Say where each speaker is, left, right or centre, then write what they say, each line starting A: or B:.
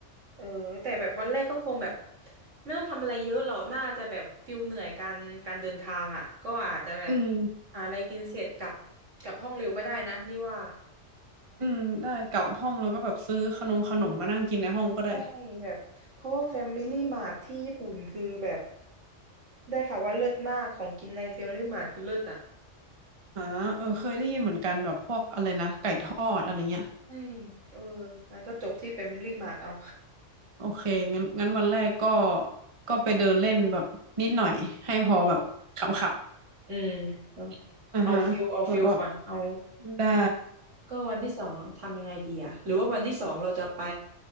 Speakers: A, on the right; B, on the right.
A: เออแต่แบบวันแรกก็คงแบบไม่ต้องทำอะไรเยอะหรอกน่าจะแบบฟิลเหนื่อยการการเดินทางอ่ะก็อาจจะแบบ
B: อืม
A: หาอะไรกินเสร็จกลับกลับห้องเร็วก็ได้นะนี่ว่า
B: อืมได้กลับห้องแล้วก็แบบซื้อขนมขนมมานั่งกินในห้องก็ได้
A: ใช่แบบเพราะว่าแฟมิลี่มาที่ญี่ปุ่นคือแบบได้ค่ะว่าเลิศมากของกินในแฟมิลี่มา t ์คือเลิศอ่ะ
B: อ่าเออเคยได้ยินเหมือนกันแบบพวกอะไรนะไก่ทอดอะไรเงี้ย
A: ใช่เอองั้นก็จบที่แฟมิลี่มา t ์เอา
B: โอเคงั้นงั้นวันแรกก็ก็ไปเดินเล่นแบบนิดหน่อยให้พอแบบขำ
A: อืมอืมเอา
B: ๆอ่าฮะแล้วก็
A: เอา <laughs> ฟิลเอาฟิลก่อนเอา
B: ได้
A: ก็วันที่สองทำยังไงดีอะหรือว่าวันที่สองเราจะไป